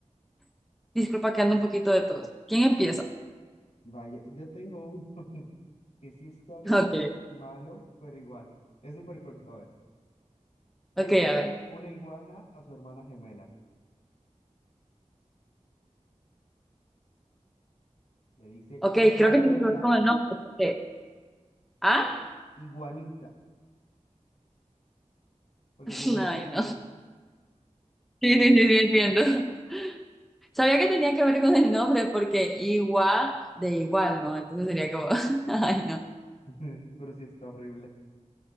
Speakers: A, in the centre; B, on the left (about 65°).
A: <laughs> Disculpa que ando un poquito de todos. ¿Quién empieza?
B: Vaya, yo tengo uno <laughs> que sí está bien
A: <laughs> Ok,
B: malo, pero igual. Es súper corto. A ver, ¿qué
A: ok,
B: le dice
A: a ver.
B: una iguana a su hermana gemela? Le dice
A: Ok,
B: iguanita,
A: creo que tiene que ver con el nombre. porque- ¿Ah?
B: iguanita, porque
A: <laughs>
B: son gemelas,
A: Ay,
B: entonces.
A: no. Sí, sí, sí, sí, entiendo. <laughs> Sabía que tenía que ver con el nombre porque igual de igual, ¿no? Entonces sería como... <laughs> Ay, no.
B: <laughs> Pero sí está horrible.